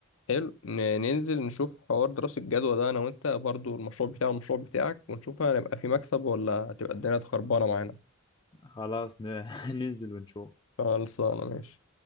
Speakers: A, on the left; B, on the left.
A: حلو ن- ننزل نشوف حوار دراسه الجدوى ده انا وانت برضه المشروع بتاعي والمشروع بتاعك ونشوف هنبقى في مكسب ولا هتبقى الدنيا خربانه معانا
B: خلاص ن- <laughs> ننزل ونشوف
A: خلصانه ماشي